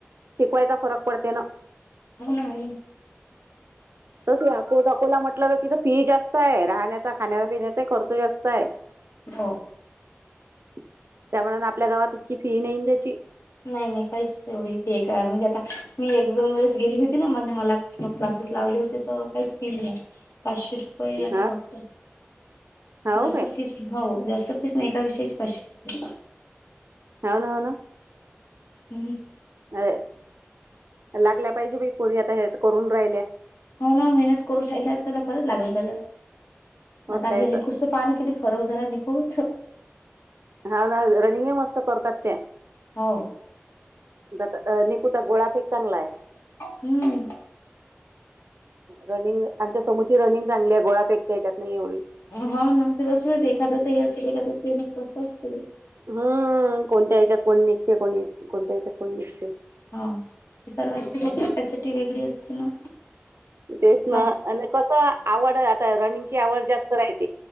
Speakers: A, on the right (about 65°); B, on the left (about 70°).
A: शिकवायचा फरक पडते ना.
B: हो ना ओ.
A: तस अको अटाकोला म्हटलं तर तिथं फी जास्त आहे राहण्याचा खाण्याचा पिण्याचा खर्च जास्त आहे.
B: हो.
A: त्यामानान आपल्या गावात इतकी फी नाही त्याची
B: नाही नाही काहीच एवढीच काय म्हणजे आता मी एक दोन वेळेस गेली होती ना म्हणजे मला मग क्लासेस लावले होते तर काही फी नाही आहे पाचशे रुपे वय आता
A: हा
B: फक्त
A: हो
B: जस
A: काय
B: फी हो जास्त पीसनेका विषयाची पाचशे
A: हो ना होव ना.
B: हम्.
A: अर लागल्या पाहिजे बाई पोरी आता हेच करून राहिल्या.
B: हो ना मेहनत करू राहिला तरला खरंच लागलं का
A: मग
B: आता आमच्या
A: काय
B: निकूस तर पाहण किती फरक झाला निकू
A: हा ना रनिंग ही मस्त करतातेे त्या.
B: हो
A: दत अ निकूचा गोळा पेक चांगला आहे.
B: हम्म
A: रनिंग आमच्या समुची रनिंग चांगली आहे गोळा पेकच्या याच्यात नाही एवढी
B: हो ना ते बस एखाद्याच अस ए तसं नसत
A: हम कोणत्या याच्यात कोण निघते कोणी कोणत्या याच्यात कोण निघते.
B: हा सर्वांची कपसिटी वेगळी असते ना.
A: तेच ना
B: मग
A: आणि कस आवड आता रनिंगची आवड जास्त रायची